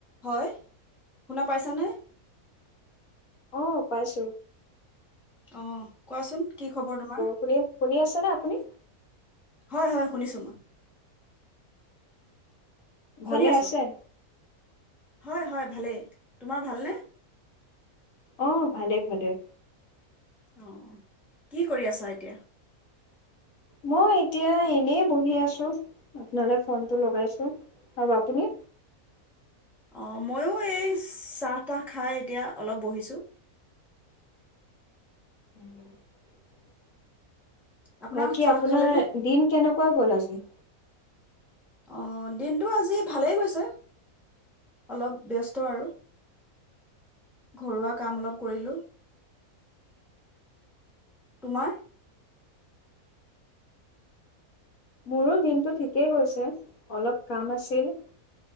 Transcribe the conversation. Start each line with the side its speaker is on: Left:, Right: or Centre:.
Centre: হয়, শুনা পাইছানে?
Left: অ' পাইছোঁ।
Centre: অহ কোৱাচোন কি খবৰ তোমাৰ?
Left: শুনি শুনি আছেনে আপুনি?
Centre: হয় হয়, শুনিছোঁ মই। শুনি
Left: ভালে
Centre: আছো
Left: আছে?
Centre: হয় হয়, ভালেই, তোমাৰ ভালনে?
Left: অ', ভালেই ভালেই।
Centre: অ'। কি কৰি আছা এতিয়া?
Left: মই এতিয়া এনেই বহি আছোঁ, আপোনালৈ ফোনটো লগাইছোঁ আৰু আপুনি?
Centre: অ, ' ময়ো এই চাহ তাহ খাই এতিয়া অলপ বহিছোঁ।
Left: <inaudible>
Centre: আপোনাৰ
Left: বাকী
Centre: চাহ
Left: আপোনাৰ
Centre: খালেনে
Left: দিন কেনেকুৱা গ'ল আজি?
Centre: অ', দিনটো আজি ভালেই গৈছে, অলপ ব্যস্ত আৰু ঘৰুৱা কাম অলপ কৰিলোঁ, তোমাৰ?
Left: মোৰো দিনটো ঠিকেই গৈছে, অলপ কাম আছিল।